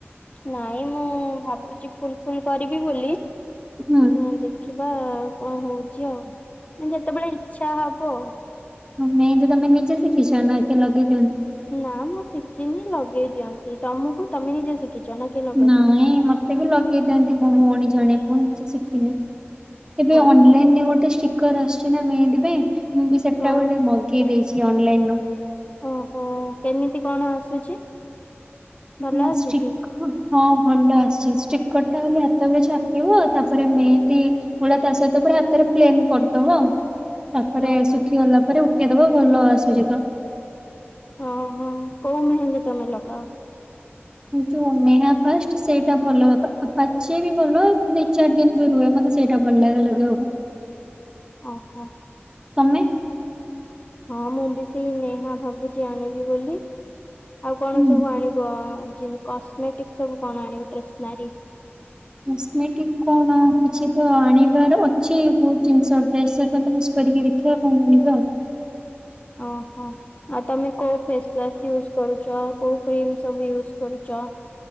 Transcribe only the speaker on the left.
ନାଇଁ ମୁଁ ଭାବୁଚି ଫୁଲ ଫୁଲ କରିବି ବୋଲି
ହଁ ଦେଖିବା କଣ ହଉଚି ଆଉ ଯେତେବେଳେ ଇଛା ହବ ଆଉ।
ନା ମୁଁ ଶିଖିନି ଲଗେଇ ଦିଅନ୍ତି, ତମୁକୁ ତମେ ନିଜେ ଶିଖଚ ନା? କିଏ ଲଗେଇ
ଦିଅନ୍ତି?
ଓହୋ
ହଁ
ଓହୋ କେମିତି କଣ ଆସୁଛି? ଭଲ
ଆସିଛି
ଓହୋ
ଅଁ ହଁ କୋଉ ମେହେନ୍ଦୀ ତମେ ଲଗାଅ?
ଓହୋ।
ହଁ ମୁଁ ବି ସେଇ ନେହା ଭାବୁଚି ଆଣିବି ବୋଲି। ଆଉ କଣ
ସବୁ ଆଣିବ ଜିନ୍ କସ୍ମେଟିକ୍ ସବୁ କଣ ଆଣିବ ଟ୍ରେସନାରୀ?
ଅଁ ହଁ। ଆଉ ତମେ କୋଉ ଫେସୱାସ୍ ୟୁଜ କରୁଚ, କୋଉ କ୍ରିମ ସବୁ ୟୁଜ କରୁଚ?